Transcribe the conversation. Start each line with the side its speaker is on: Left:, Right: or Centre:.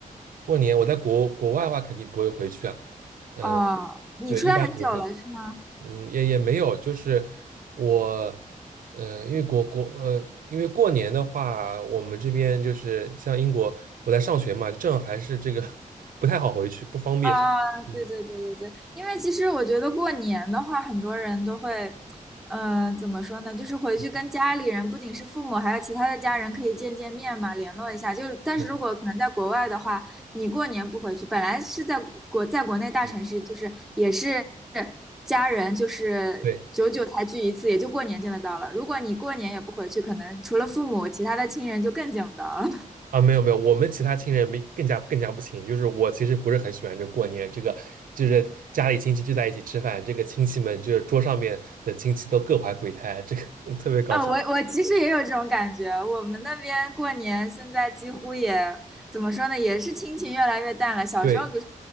Right: 过年我在国国外的话肯定不会回去啊，嗯、
Centre: 哦，你出来很久了是吗？
Right: 对，一般不会。嗯，也也没有，就是我，呃，因为国国，呃，因为过年的话，我们这边就是像英国，我在上学嘛，正好还是这个 <laughs> 不太好回去，不方便。
Centre: 啊，
Right: 嗯
Centre: 对对对对对，因为其实我觉得过年的话，很多人都会，嗯，怎么说呢？就是回去跟家里人，
Right: <laughs>
Centre: 不仅是父母，还有其他的家人，可以见见面嘛，联络一下。就是但是如果可能在国外的话，
Right: 嗯
Centre: 你过年不回去，本来是在国在国内大城市，
Right: 嗯，
Centre: 就是也是家人，就是久久才聚一次，
Right: 对
Centre: 也就过年见得到了。如果你过年也不回去，可能除了父母，其他的亲人就更见不到了。
Right: 啊，没有没有，我们其他亲人没更加更加不亲，就是我其实不是很喜欢这过年这个，就是家里亲戚聚在一起吃饭，这个亲戚们就是桌上面的亲戚都各怀鬼胎，这个 <laughs> 特别搞笑。
Centre: 啊，我我其实也有这种感觉。我们那边过年现在几乎也怎么说呢，也是亲情越来越淡了。小时候，
Right: 对，
Centre: 比如说